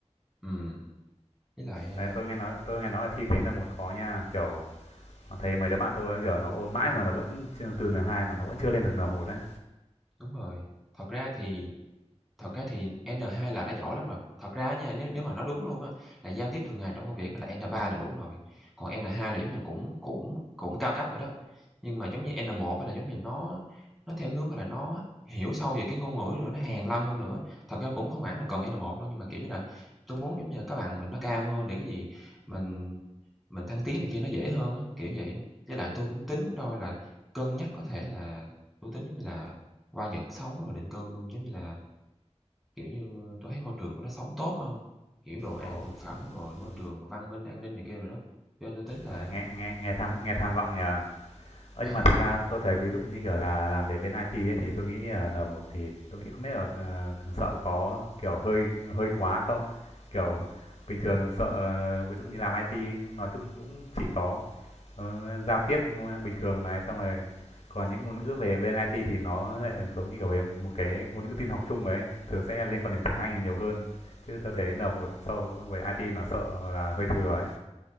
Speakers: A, in the centre; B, on the left.
A: ừm, với lại, ờ
B: đấy tôi nghe nói tôi nghe nói là thi cái n một khó nha kiểu thấy mấy đứa bạn tôi kiểu nó ôn mãi mà nó vẫn chưa- từ n hai mà nó vẫn chưa lên được n một đấy
A: Đúng rồi. Thật ra thì Thật ra thì N2 là đã giỏi lắm rồi. Thật ra nha, nếu nếu mà nói đúng luôn á, là giao tiếp thường ngày trong công việc là N3 là đủ rồi, còn N2 là giống như cũng cũng cũng cao cấp rồi đó. Nhưng mà giống như N1 á là giống như nó nó theo cái hướng, là, nó hiểu sâu về cái ngôn ngữ nữa, nó hàn lâm hơn nữa. Thật ra cũng không hẳn là cần N1 đâu, nhưng mà, kiểu như là, tôi muốn giống như các bạn mình nó cao hơn để cái gì mình mình thăng tiến này kia nó dễ hơn á, kiểu vậy đó. Với lại tôi cũng tính đôi là cân nhắc có thể là tôi tính giống như là qua Nhật sống rồi định cư luôn, giống như là Kiểu như, tôi thấy môi trường nó sống tốt á hông? Kiểu, đồ ăn,
B: ồ
A: thực phẩm, rồi môi
B: ừ.
A: trường, văn minh, an ninh này kia rồi đó, cho nên tôi tính là
B: đấy nghe nghe nghe tham nghe tham vọng nhờ Ơ,
A: <laughs>
B: nhưng mà
A: ờ.
B: thực ra tôi thấy ví dụ như kiểu là làm về bên IT ấy, thì tôi nghĩ là n một thì tôi nghĩ không biết là, ờ, sợ có, kiểu, hơi hơi quá không? Kiểu, bình thường sợ, ờ, ví dụ như làm IT nói chung cũng chỉ có, ờ, giao tiếp bình thường này, xong rồi còn những ngôn ngữ về bên IT thì nó lại giống như, kiểu, về một cái ngôn ngữ tin học chung ấy, thường sẽ liên quan đến tiếng Anh nhiều hơn, chứ tôi thấy n một so với IT nó sợ là hơi thừa ấy.